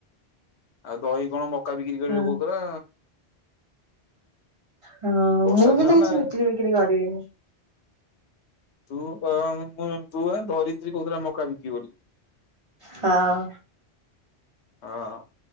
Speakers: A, on the left; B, on the right.
A: ଆଉ ଦହି କଣ ମକା ବିକ୍ରି କରିବ
B: ହଁ
A: କହୁଉଥିଲା।
B: ହଁ
A: ବର୍ଷା
B: ମୁଁ କି
A: ଦିନ
B: ତ
A: ନା
B: କିଛି ବିକ୍ରି ବିକ୍ରି କରିବିନି
A: ତୁ ମୁ ତୁ ଧରିତ୍ରୀ କହୁଥିଲା ମକା ବିକି ବୋଲି।
B: ହଁ।
A: ହଁ।